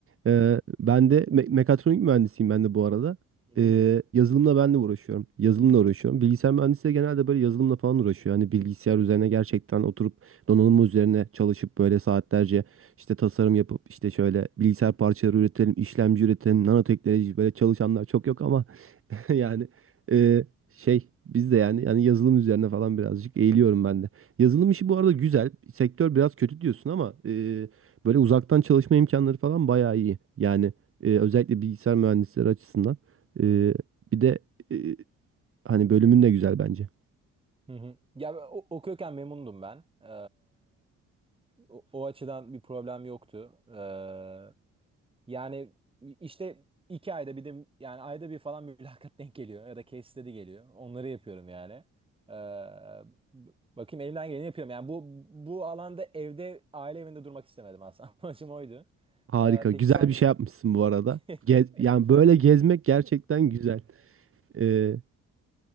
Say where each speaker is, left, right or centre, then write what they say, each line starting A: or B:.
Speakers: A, on the right; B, on the right.
A: Ee, ben de me- mekatronik mühendisiyim ben de bu arada.
B: <laughs>
A: Ee, yazılımla ben de uğraşıyorum. Yazılımla uğraşıyorum. Bilgisayar mühendisi de genelde böyle yazılımla falan uğraşıyor. Hani bilgisayar üzerine gerçekten oturup donanım üzerine çalışıp böyle saatlerce işte tasarım yapıp işte şöyle bilgisayar parçaları üretelim, işlemci üretelim, nanoteknoloji böyle çalışanlar çok yok ama <laughs> Yani
B: Hmm.
A: e, şey biz de yani yani yazılım üzerine falan birazcık eğiliyorum ben de. Yazılım işi bu arada güzel. Sektör biraz kötü diyorsun ama e, böyle uzaktan çalışma imkanları falan bayağı iyi. Yani e, özellikle bilgisayar mühendisleri açısından. E, bir de e, hani bölümün de güzel bence.
B: Hı hı. Ya ben o- okuyorken memnundum ben. Ee, o, o açıdan bir problem yoktu. Ee, yani işte iki ayda bir de yani ayda bir falan <laughs> mülakat denk geliyor ya da case study geliyor. Onları yapıyorum yani. Ee, b- bakayım elimden geleni yapıyorum. Yani bu bu alanda evde aile evinde durmak istemedim aslında. <laughs> Amacım oydu.
A: Harika.
B: Ee, peki
A: Güzel
B: sen
A: bir şey yapmışsın bu arada.
B: <laughs>
A: Gez- yani böyle gezmek gerçekten güzel. E,